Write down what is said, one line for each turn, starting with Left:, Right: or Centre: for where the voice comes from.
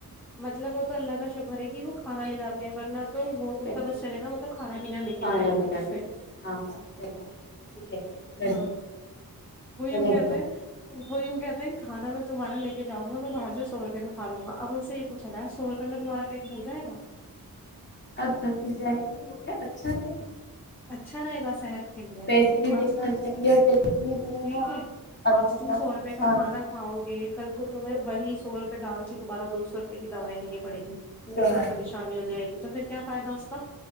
Centre: مطلب وہ تو اللہ کا شکر ہے کہ وہ کھانا لے جے ہیں ورنہ تو وہ
Left: چاہیے
Centre: ان کا بس چلے نا وہ تو کھانا پین لے کے
Left: کھانا
Centre: جائے طرف
Left: پینا
Centre: سے
Left: لے کے ہاں باہر سے کھانے سے کہتے ہیں لڑکے
Centre: ہاں وہ یوں
Left: غلط
Centre: کہتے
Left: بات
Centre: وہ یوں کہتے ہیں کھا میں تمہارا لے جاؤں گا میں باہ سے سو روپئے کا کھا ل گ ا انن سے یہ پچھ تھا سوپئے میں تمہ پیٹ بھر جائےا
Left: اور بھر بھی جائے گا تو وہ کیا اچھا رہے گا
Centre: اچھا رہے گا صحت کے لیے
Left: پیسے بھی بیکار
Centre: آج تم
Left: جائیں گے اور پیٹ بھی نہیں بھرے گا
Centre: یہی
Left: اور
Centre: تو
Left: اندر
Centre: آج تم
Left: جا
Centre: سو
Left: کے نقصان
Centre: روپے کا کھانا کھاؤ گے کل کو تمہیں وہی سو روپئے ڈال تے دوبارہ دو سو روپے کی دوائی لینے تھی پڑے گی
Left: دوا
Centre: دقت پریشانی ہو جائے گی تو پھر کیا فائدہ اس کا